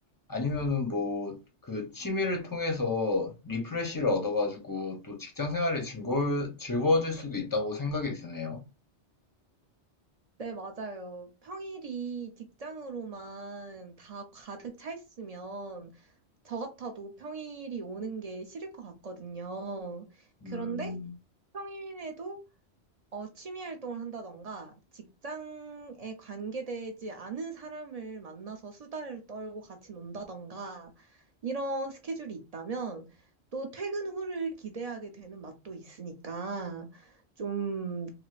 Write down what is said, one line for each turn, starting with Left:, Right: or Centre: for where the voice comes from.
Left: 아니면은 뭐 그 취미를 통해서 리프레시를 얻어가지고 또 직장 생활이 즐거워, 즐거워질 수도 있다고 생각이 드네요.
Right: 네, 맞아요. 평일이 직장으로만 다 가득 차 있으면 저 같아도 평일이 오는 게 싫을 것 같거든요.
Left: 음,
Right: 그런데 평일에도 어, 취미 활동을 한다던가, 직장에 관계되지 않은 사람을 만나서 수다를 떨고 같이 논다던가, 이런 스케줄이 있다면, 또 퇴근 후를 기대하게 되는 맛도 있으니까, 좀